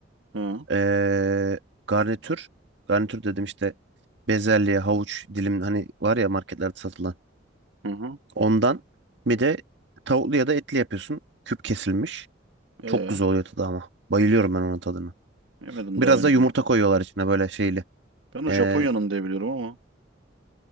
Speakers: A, on the right; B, on the right.
A: ha,
B: ee, garnitür. Garnitür dedim işte bezelye, havuç dilim hani var ya marketlerde satılan.
A: hı hı,
B: Ondan bir de tavuklu ya da etli yapıyorsun. Küp kesilmiş.
A: ee.
B: Çok güzel oluyor tadı ama. Bayılıyorum ben onun tadına.
A: Yemedim
B: Biraz
A: daha önce.
B: da yumurta koyuyorlar içine böyle şeyli.
A: Ben o
B: Ee,
A: Japonya'nın diye biliyorum ama